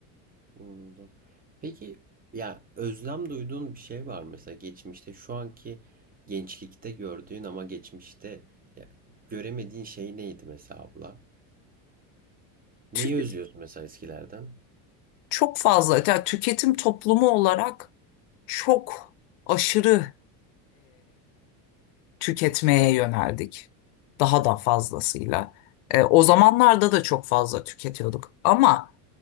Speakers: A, on the right; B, on the left.
A: Anladım. Peki ya özlem duyduğun bir şey var mı? mesela geçmişte şu anki gençlikte gördüğün ama geçmişte ya, göremediğin şey neydi mesela abla? Neyi
B: Tü-
A: özlüyorsun mesela eskilerden?
B: Çok fazla, yani tüketim toplumu olarak çok aşırı tüketmeye yöneldik. Daha da fazlasıyla. E, o zamanlarda da çok fazla tüketiyorduk. Ama